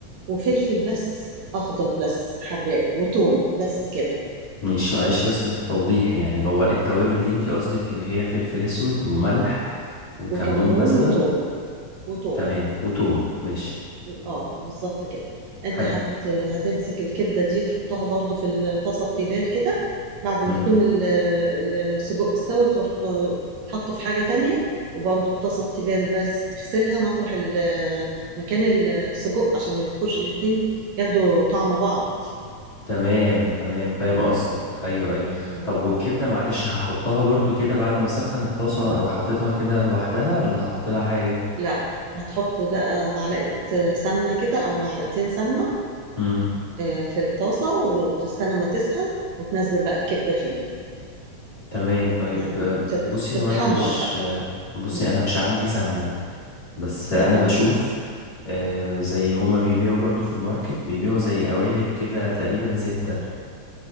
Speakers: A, on the right; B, on the left.
A: وفلفل بس اخضر بس حراق وتوم بس كده
B: ماشي معلش بس للتوضيح يعني هو التوابل دي انتي قصدك اللي هي فلفل اسود وملح وكمون
A: وكمون
B: مثلا
A: وتوم وتوم
B: تمام وتوم ماشي
A: اه بالظبط كده انت
B: حلو
A: هت... هتمسك الكبده دي تحطها برضو في الطاسه التيفال كده بعد ما
B: مم.
A: تكون ال- السجق استوى تروح آه، حطه في حاجه تانية وبرضو الطاسه التيفال بس تغسلها مطرح ال- مكان السجق عشان ما يبقوش الاتنين ياخدوا طعم بعض
B: تمام تمام فاهم قصدك ايوه ايوه
A: مم.
B: طب والكبدة معلش هحطها برضو كده بعد ما اسخن الطاسة اروح حاططها كده لوحدها ولا هحط لها حاجة
A: لا هتحط بقى معلقه سمنه كده او معلقتين سمنه
B: مم.
A: آه، في الطاسه وتستنى ما تسخن وتنزل بقى الكبده فيها
B: تمام طيب
A: يعني
B: آه،
A: تت-
B: بصي
A: تتحمر
B: هو انا مش
A: بقى
B: آه، بصي
A: مم.
B: انا مش عندي سمنة بس
A: اه
B: انا بشوف آه، زي هما بيبيعوا برضو في الماركت بيبيعوا زي قوالب كده تقريبا زبدة